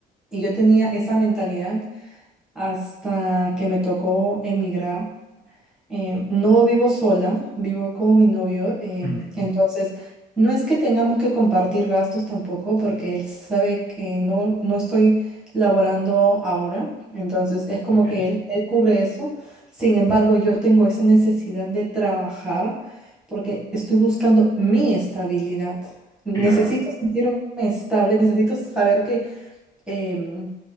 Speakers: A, in the centre; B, on the left.
A: Y yo tenía esa mentalidad hasta que me tocó emigrar. Em, no vivo sola, vivo con mi novio, em,
B: Ujú,
A: entonces no es que tengamos que compartir gastos tampoco, porque él sabe que no, no estoy laborando ahora, entonces es como
B: ok,
A: que él, él cubre eso. Sin embargo, yo tengo esa necesidad de trabajar porque estoy buscando mi estabilidad. Necesito
B: claro,
A: sentirme estable, necesito saber que em,